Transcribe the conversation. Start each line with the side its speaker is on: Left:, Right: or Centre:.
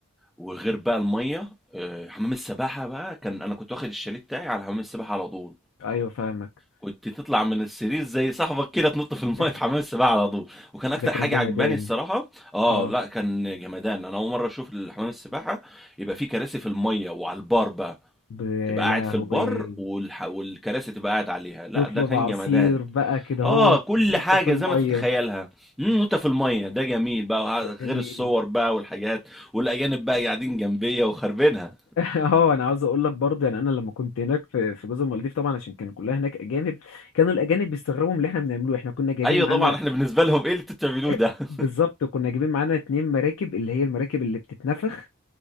Centre: وغير بقى الميه آه، حمام السباحه بقى كان انا كنت واخد الشاليه بتاعي على حمام السباحه على طول
Left: ايوه فاهمك
Centre: كنت تطلع من السرير زي صاحبك كده تنط في الميه
Left: <laughs>
Centre: في حمام السباحه على طول وكان اكتر
Left: ده كان
Centre: حاجه
Left: جمدان
Centre: عجباني الصراحه اه
Left: اه
Centre: لا كان جمدان انا اول مره اشوف الحمام السباحه يبقى فيه كراسي في الميه وعلى البار بقى
Left: ب- يا
Centre: تبقى قاعد
Left: لهوي
Centre: في البار والح... والكراسي تبقى قاعد عليها لا
Left: تطلب
Centre: ده كان
Left: عصير
Centre: جمدان
Left: بقى كده
Centre: اه
Left: هو
Centre: كل
Left: وانت
Centre: حاجه
Left: في الميه
Centre: زي ما تتخيلها امم وانت في الميه ده جميل بقى وه-
Left: ده
Centre: غير
Left: جميل
Centre: الصور بقى والحاجات والاجانب بقى قاعدين جنبيه وخربينها
Left: اه انا عاوز اقول لك برضه يعني انا لما كنت هناك في في جزر المالديف طبعا عشان كان كلها هناك اجانب كانوا الاجانب بيستغربوا من اللي احنا بنعمله احنا كنا جايبين
Centre: أيوه
Left: معانا
Centre: طبعًا إحنا بالنسبة لهم إيه اللي أنتم بتعملوه
Left: <laughs>
Centre: ده؟ <laughs>
Left: بالظبط كنا جايبين معانا اتنين مراكب اللي هي المراكب اللي بتتنفخ